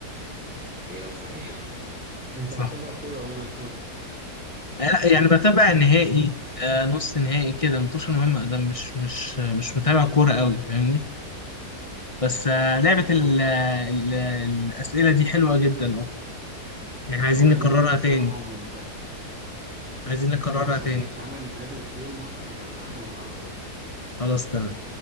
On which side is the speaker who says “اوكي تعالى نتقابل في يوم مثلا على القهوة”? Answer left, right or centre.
Centre